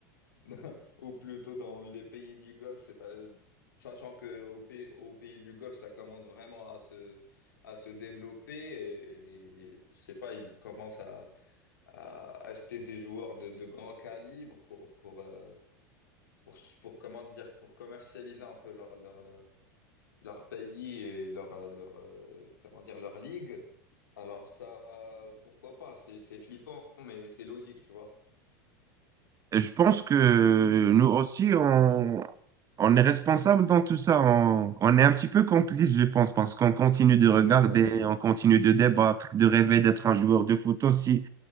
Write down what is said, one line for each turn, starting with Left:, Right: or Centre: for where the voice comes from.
Left: <laughs> ou plutôt dans les pays du Golfe, c'est, euh, sachant que au pays, au pays du Golfe, ça commence vraiment à se, à se développer et, et je sais pas, ils commencent à à acheter des joueurs de, de grand calibre pour, pour, euh, pour, pour, comment dire, pour commercialiser un peu leur, leur, euh, leur pays et leur, euh, leur, euh, comment dire, leur ligue. Alors ça, euh, pourquoi pas? C'est, c'est flippant, mais c'est logique, tu vois.
Right: Et je pense que nous aussi, on, On est responsable dans tout ça. On, on est un petit peu complice, je pense, parce qu'on continue de
Left: Mm,
Right: regarder,
Left: Bah,
Right: on continue de débattre, de rêver d'être un joueur de foot aussi.